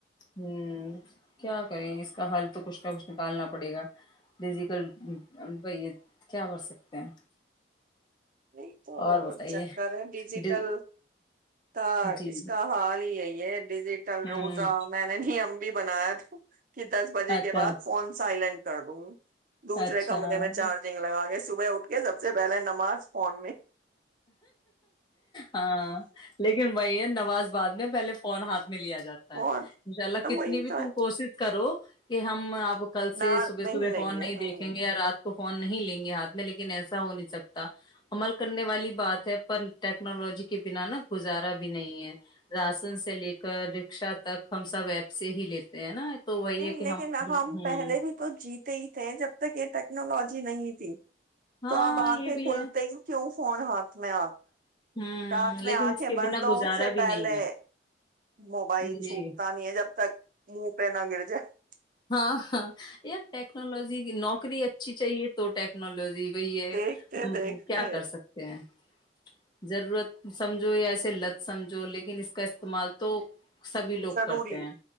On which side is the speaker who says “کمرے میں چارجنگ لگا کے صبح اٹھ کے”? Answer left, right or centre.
Right